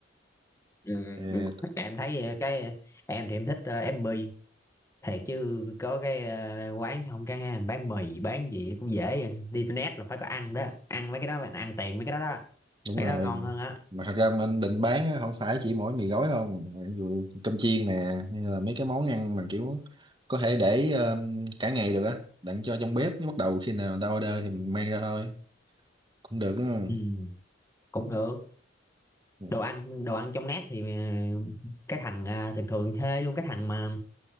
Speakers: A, on the left; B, on the right.
A: ừ.
B: Thì
A: em thấy ờ, cái em thì em thích ờ, ép mì thiệt chứ có cái ờ, quán xong cái ha, bán mì bán gì cũng dễ đi internet là phải có ăn đó ăn mấy cái đó bạn ăn tiền mấy cái đó đó
B: đúng
A: mấy
B: rồi
A: cái đó ngon hơn á
B: mà thật ra mà anh định bán á, không phải chỉ mỗi mì gói không ví dụ cơm chiên nè hay là mấy cái món ăn mà kiểu có thể để um, cả ngày được á đặng cho trong bếp bắt đầu khi nào người ta order thì mình mang ra thôi cũng được đúng
A: ừ, cũng được
B: không
A: đồ ăn đồ ăn trong net thì ờ, cái thằng à, thường thường thuê luôn cái thằng mà